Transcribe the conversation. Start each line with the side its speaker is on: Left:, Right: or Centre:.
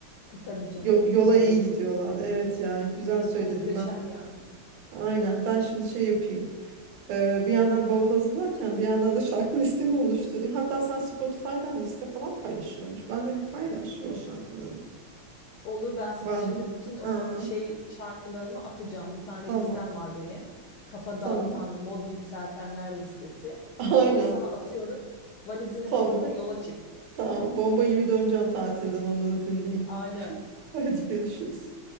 Left: E tabii canım
Right: Yo- yola
Left: tabii
Right: iyi gidiyorlar. Evet ya güzel söyledim
Left: muhteşem
Right: ben.
Left: yani.
Right: Aynen ben şimdi şey yapayım. Ee, bir yandan bavul hazırlarken bir yandan da şarkı <laughs> listemi oluşturayım. Hatta sen Spotify'dan liste falan paylaşılıyormuş. Ben de bir paylaş yol şarkılarını.
Left: Olur ben sana
Right: Var
Left: şimdi
Right: mı?
Left: bütün o
Right: Aa,
Left: şey şarkılarımı atacağım. Bir tane
Right: tamam
Left: listem var benim. Kafa
Right: tamam.
Left: dağıtan, mod yükseltenler listesi.
Right: <laughs> Aynen
Left: Onu sana atıyorum. Valizini
Right: tamam.
Left: hazırla yola çık.
Right: Tamam bomba gibi döneceğim tatilden onları dinleyip.
Left: Aynen.
Right: <laughs> Hadi görüşürüz.